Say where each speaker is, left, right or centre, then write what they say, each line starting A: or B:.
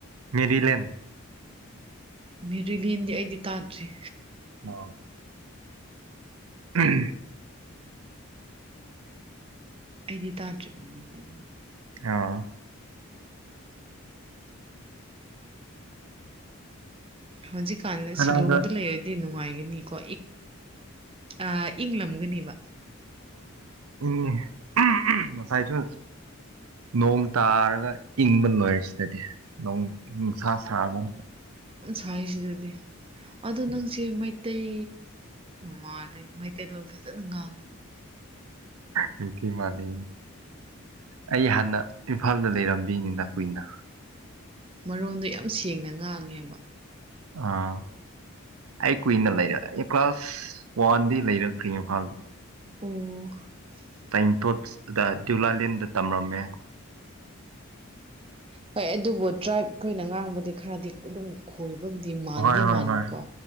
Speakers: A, on the right; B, on the right.
A: ꯃꯦꯗꯤꯂꯦꯟ
B: ꯃꯦꯔꯤꯂꯤꯦꯟꯗꯤ ꯑꯩꯗꯤ ꯇꯥꯗ꯭ꯔꯤ
A: ꯑ ꯎꯝ
B: ꯑꯩꯗꯤ ꯇꯥꯗ꯭ꯔꯤ ꯂꯩꯅꯦ
A: ꯑꯥ
B: ꯍꯧꯖꯤꯛꯀꯥꯟꯗ
A: ꯀꯅꯥꯒ
B: ꯁꯤꯂꯣꯡꯗ ꯂꯩꯔꯗꯤ ꯅꯨꯡꯉꯥꯏ ꯀꯣ ꯑ ꯏꯪꯝꯒꯅꯤꯕ
A: ꯏꯪꯉꯤ ꯉꯁꯥꯏꯁꯨ ꯅꯣꯡ ꯇꯥꯔꯒ ꯏꯪꯕ ꯂꯣꯏꯔꯦ ꯁꯤꯗꯗꯤ ꯅꯣꯡ ꯅꯨꯡꯁꯥ ꯁꯥꯔꯒ
B: ꯈꯥꯏꯁꯤꯗꯗꯤ ꯑꯗ ꯅꯪꯁꯦꯩ ꯃꯩꯇꯩ ꯃꯥꯜꯂꯦ ꯃꯩꯇꯩꯂꯣꯟ ꯐꯖꯅ ꯉꯥꯡꯉꯦ
A: ꯅꯨꯡꯤ ꯃꯥꯂ ꯑꯩ ꯍꯥꯟꯅ ꯏꯝꯐꯥꯜꯗ ꯂꯩꯔꯝꯕꯤꯅꯤꯅꯅꯥ ꯀꯨꯏꯅ
B: ꯃꯔꯣꯟꯗꯣ ꯌꯥꯝ ꯁꯦꯡꯅ ꯉꯥꯡꯉꯦꯕ
A: ꯑꯥ ꯑꯩ ꯀꯨꯏꯅ ꯂꯩꯔ ꯀ꯭ꯂꯥꯁ ꯋꯥꯟꯗꯤ ꯂꯩꯔꯈ꯭ꯔꯤ ꯏꯝꯐꯥꯜꯗ
B: ꯑꯣ
A: ꯇꯥꯏꯄꯣꯠ ꯗ ꯗꯗꯤꯌꯨꯂꯥꯂꯦꯟꯗ ꯇꯝꯂꯝꯝꯃꯦ
B: ꯍꯣꯏ ꯑꯗꯨꯕꯨ ꯇ꯭ꯔꯥꯏꯞ ꯑꯩꯈꯣꯏꯅ ꯉꯥꯡꯕꯗꯤ ꯈꯔꯗꯤ ꯑꯗꯨ ꯑꯗꯨꯝ ꯈꯣꯏ ꯊꯕꯛꯇꯗꯤ ꯃꯥꯟꯗꯤ
A: ꯍꯣꯏ ꯍꯣꯏ
B: ꯃꯥꯟꯕꯥꯟꯕꯀꯣ
A: ꯍꯣꯏ